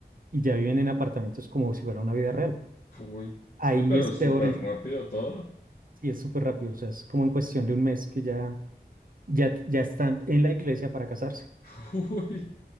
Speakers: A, on the right; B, on the left.
A: y ya viven en apartamentos como si fuera una vida real.
B: Uy,
A: Ahí
B: uy, pero
A: es peor
B: súper
A: el,
B: rápido todo.
A: sí es súper rápido, o sea, es como en cuestión de un mes que ya, ya, ya están en la iglesia para casarse.
B: <laughs> Uy.